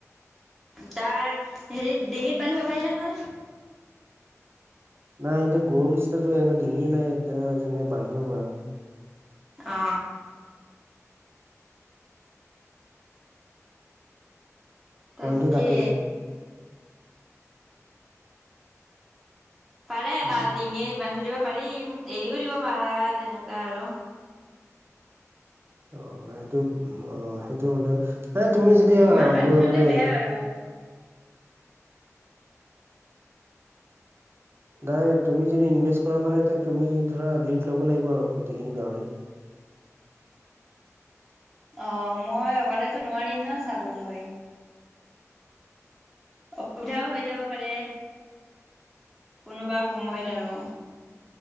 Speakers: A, in the centre; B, on the right.
A: তাৰ হেৰিত ডিঙিত বান্ধিব পাৰি নহয়।
B: নাই এতে গৰু নিচিনাতো এনে ডিঙিয়ে নাই এয়া যেনেকে বান্ধিব পাৰা।
A: অ তাকে।
B: পইণ্টটো তাতেই
A: পাৰে
B: উম
A: তা
B: উম।
A: ডিঙিত বান্ধি দিব পাৰি, এৰিও দিব পাৰা তেনেকুৱা আৰু
B: অ সেইটো অ সেইটো হলে নাই তুমি যদি
A: ইমান বান্ধি
B: মোৰ
A: থলে
B: মানে
A: বেয়া আৰু।
B: নাই তুমি যদি ইনভেষ্ট কৰা মানে এয়া তুমি ধৰা লীড ল'ব লাগিব আৰু গোটেইখিনি গাহৰি। <inaudible>
A: অ মই অকলেতো নোৱাৰিম ন চাবলৈ অসুবিধাও হৈ যাব পাৰে। কোনোবা সময়ত আৰু